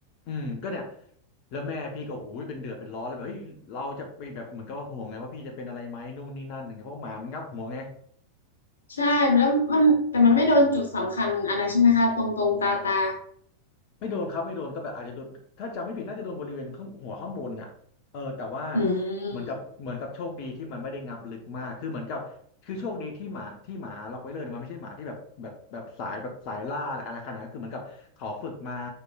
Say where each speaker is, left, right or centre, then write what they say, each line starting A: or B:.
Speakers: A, on the left; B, on the left.
A: อืมก็เนี่ย แล้วแม่พี่ก็โอ้โหเป็นเดือดเป็นร้อนเลยแบบเฮ้ยเราจะไปแบบเหมือนกับว่าห่วงไงว่าพี่จะเป็นอะไรไหมนู่นนี่นั่นอย่างเงี้ยเพราะหมามันงับหัวไง
B: ใช่แล้วมันแต่มันไม่โดนจุดสำคัญอะไรใช่ไหมคะตรงตรงตาตา
A: ไม่โดนครับไม่โดนก็แบบอาจจะโดนถ้าจำไม่ผิดน่าจะโดนบริเวณข้างหัวข้างบนน่ะเออแต่ว่า
B: อืม
A: เหมือนกับเหมือนกับโชคดีที่มันไม่ได้งับลึกมากคือเหมือนกับคือโชคดีที่หมาที่หมาล็อกไว้เลยเนะมันไม่ใช่หมาที่แบบแบบแบบสายแบบสายล่าอะไรอะไรขนาดนั้นคือเหมือนกับเขาฝึกมา